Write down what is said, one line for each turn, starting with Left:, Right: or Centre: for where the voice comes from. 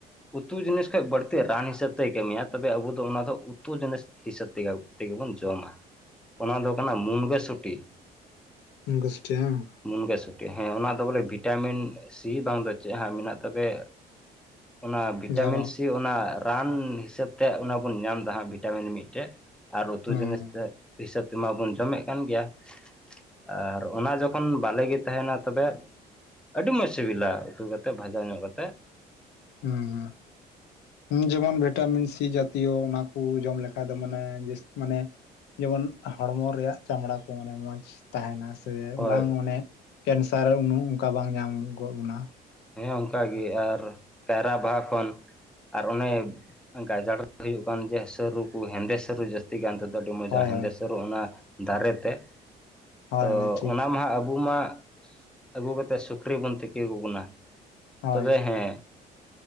Centre: ᱩᱛᱩ ᱡᱤᱱᱤᱥ ᱠᱷᱚᱡ ᱵᱟᱹᱲᱛᱤ ᱨᱟᱱ ᱦᱤᱥᱟᱹᱵ ᱛᱮᱭ ᱠᱟᱹᱢᱤᱭᱟ ᱛᱚᱵᱮ ᱟᱹᱵᱩ ᱫᱚ ᱚᱱᱟ ᱫᱚ ᱩᱛᱩ ᱡᱤᱱᱤᱥ ᱦᱤᱥᱟᱹᱵ ᱛᱮᱜᱮ ᱛᱮᱜᱮ ᱵᱚᱱ ᱡᱚᱢᱟ ᱚᱱᱟ ᱫᱚ ᱠᱟᱱᱟ ᱢᱩᱱᱜᱟᱹ ᱥᱩᱴᱤ ᱾
Left: ᱢᱩᱱᱜᱟᱹ ᱥᱩᱴᱤ ᱵᱟᱝ ᱾
Centre: ᱢᱩᱱᱜᱟᱹ ᱥᱩᱴᱤ ᱦᱮᱸ ᱚᱱᱟ ᱫᱚ ᱵᱚᱞᱮ ᱵᱷᱤᱴᱟᱢᱤᱱ ᱥᱤ ᱵᱟᱝ ᱫᱚ ᱪᱮᱫ ᱦᱟᱸᱜ ᱢᱮᱱᱟᱜ ᱛᱚᱵᱮ ᱾ ᱚᱱᱟ ᱵᱷᱤᱴᱟᱢᱤᱱ
Left: ᱡᱟ ᱵᱟ
Centre: ᱥᱤ ᱚᱱᱟ ᱨᱟᱱ ᱦᱤᱥᱟᱹᱵᱽ ᱛᱮ ᱚᱱᱟ ᱵᱚᱱ ᱧᱟᱢ ᱫᱟ ᱦᱟᱸᱜ ᱵᱷᱤᱴᱟᱢᱤᱱ ᱢᱤᱫᱴᱮᱡ ᱾ ᱟᱨ ᱩᱛᱩ
Left: ᱦᱩᱸ
Centre: ᱡᱤᱱᱤᱥ ᱛᱮ ᱦᱤᱥᱟᱹᱵᱽ ᱛᱮᱢᱟᱵᱚᱱ ᱡᱚᱢᱮᱫ ᱠᱟᱱ ᱜᱮᱭᱟ ᱾ ᱟᱨ ᱚᱱᱟ ᱡᱚᱠᱷᱚᱱ ᱵᱟᱞᱮᱜᱮ ᱛᱟᱦᱮᱸᱱᱟ ᱛᱚᱵᱮ ᱟᱹᱰᱤ ᱢᱚᱸᱡᱽ ᱥᱤᱵᱤᱞᱟ ᱾ ᱩᱛᱩ ᱠᱟᱛᱮᱫ ᱵᱷᱟᱡᱟ ᱧᱚᱜ ᱠᱟᱛᱮᱫ
Left: ᱦᱩᱸ ᱾ ᱦᱩᱸ ᱡᱮᱢᱚᱱ ᱵᱷᱤᱴᱟᱢᱤᱱ ᱥᱤ ᱡᱟᱛᱤᱭᱚ ᱚᱱᱟ ᱠᱚ ᱡᱚᱢ ᱞᱮᱠᱷᱟᱱ ᱫᱚ ᱢᱟᱱᱮ ᱢᱟᱱᱮ ᱡᱮᱢᱚᱱ ᱦᱚᱲᱢᱚ ᱨᱮᱭᱟᱜ ᱪᱟᱢᱲᱟ ᱠᱚ ᱢᱟᱱᱮ ᱢᱚᱡᱽ ᱛᱟᱦᱮᱸᱱᱟ ᱥᱮ
Centre: ᱦᱳᱭ
Left: ᱵᱟᱝ ᱚᱱᱮ, ᱠᱮᱱᱥᱟᱨ ᱩᱱᱟᱹᱜ ᱚᱱᱠᱟ ᱵᱟᱝ ᱧᱟᱢ ᱜᱚᱜ ᱵᱚᱱᱟ᱾
Centre: ᱦᱮᱸ ᱚᱱᱠᱟ ᱜᱮ ᱟᱨ ᱠᱟᱭᱨᱟ ᱵᱟᱦᱟ ᱠᱷᱚᱱ ᱟᱨ ᱚᱱᱮ ᱜᱟᱡᱟᱲ ᱨᱮ ᱦᱩᱭᱩᱜ ᱠᱟᱱ ᱡᱮ ᱥᱟᱹᱨᱩ ᱠᱚ ᱦᱮᱸᱫᱮ ᱥᱟᱹᱨᱩ ᱡᱟᱹᱥ ᱛᱤᱜ ᱠᱟᱱ ᱛᱮᱫᱚ ᱟᱹᱰᱤ ᱢᱚᱡᱟ
Left: ᱦᱳᱭ
Centre: ᱦᱮᱸᱫᱮ
Left: ᱦᱳᱭ
Centre: ᱥᱟᱹᱨᱩ ᱚᱱᱟ ᱫᱟᱨᱮ ᱛᱮ
Left: ᱦᱳᱭ
Centre: ᱛᱚ
Left: ᱦᱳᱭ ᱴᱷᱤᱠ
Centre: ᱚᱱᱟ ᱢᱟ ᱦᱟᱸᱜ ᱟᱵᱩ ᱢᱟ, ᱟᱹᱜᱩ ᱠᱟᱛᱮᱫ ᱥᱩᱠᱨᱤ ᱵᱚᱱ ᱛᱤᱠᱤ ᱟᱠᱚ ᱠᱟᱱᱟ᱾
Left: ᱦᱳᱭ
Centre: ᱛᱚᱵᱮ ᱦᱮᱸ